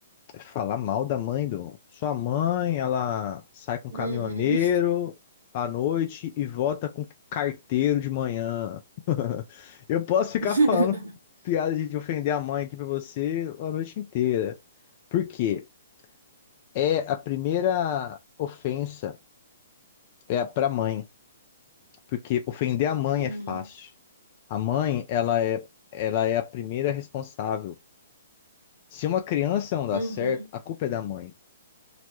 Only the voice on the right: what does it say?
Uhum.
<laughs>
Uhum.
Uhum.